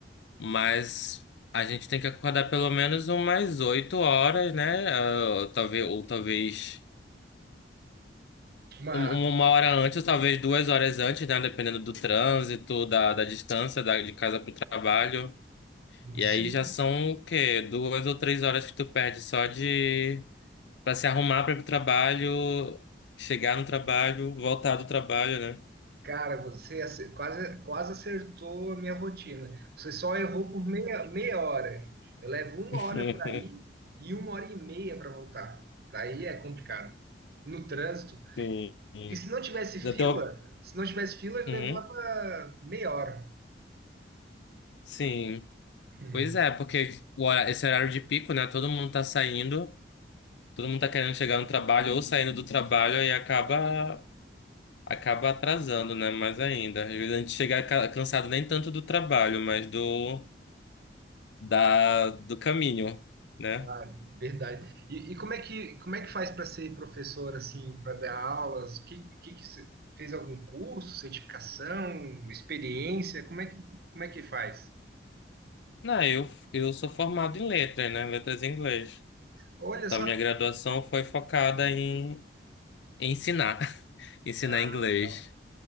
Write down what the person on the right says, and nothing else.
Uma,
sim,
Cara, você ace- quase, quase acertou a minha rotina. Você só errou por meia, meia hora. Eu levo uma
hora para ir e uma hora e meia para voltar. Daí é complicado. No trânsito.
Porque se não tivesse fila,
se não tivesse fila, ele
levava meia hora.
<laughs>
Ah, verdade. E, e como é que, como é que faz para ser professor, assim, para dar aulas? O que, que, que você- fez algum curso, certificação, experiência? Como é que, como é que faz?
Olha
só,
Ah,
legal.